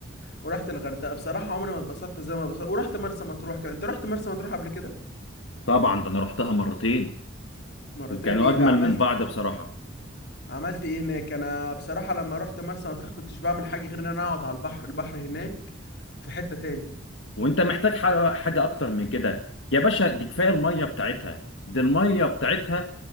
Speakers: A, on the left; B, on the left.
A: ورحت الغردقه بصراحه عمري ما اتبسطت زي ما اتبسطت ورحت مرسى مطروح كمان انت رحت مرسى مطروح قبل كده
B: طبعا ده انا رحتها مرتين
A: مرتين
B: وكانوا
A: ايه
B: اجمل
A: ده عملت
B: من بعض بصراحه
A: عملت ايه هناك انا بصراحه لما رحت مرسى مطروح كنتش بعمل حاجه غير ان انا اقعد على البحر البحر هناك في حته تاني
B: وانت محتاج ح- حاجه اكتر من كده يا باشا دي كفايه الميه بتاعتها دي الميه بتاعتها